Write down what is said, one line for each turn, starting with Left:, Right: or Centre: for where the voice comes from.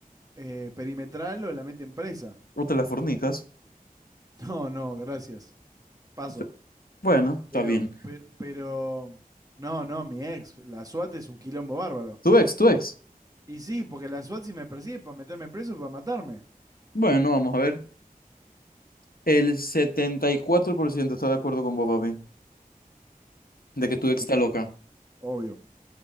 Right: eh, perimetral o la meten presa. <laughs>
Left: O te la fornicas.
Right: No, no, gracias. Paso.
Left: Sí. Bueno, está
Right: Pero,
Left: bien.
Right: pero, pero, no, no, mi ex, la SWAT es un quilombo bárbaro.
Left: Tu ex, tu ex.
Right: Y sí, porque la SWAT si me persigue es para meterme preso, para matarme.
Left: Bueno, vamos a ver. El 74% está de acuerdo con vos, papi. De que tu ex
Right: y
Left: está
Right: sí,
Left: loca.
Right: Obvio.